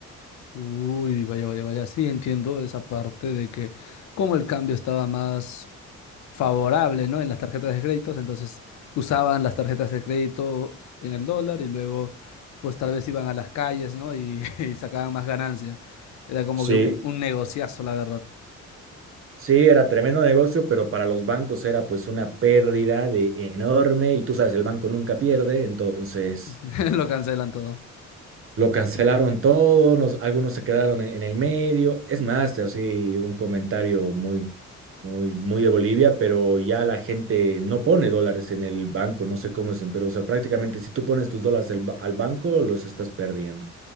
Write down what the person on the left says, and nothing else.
Uy, vaya, vaya, vaya. Sí, entiendo esa parte de que como el cambio estaba más favorable, ¿no? En las tarjetas de créditos, entonces usaban las tarjetas de crédito en el dólar y luego, pues tal vez iban a las calles, ¿no? Y, <laughs> y sacaban más ganancia. Era como
que un, un negociazo, la verdad.
<laughs> Lo cancelan todo.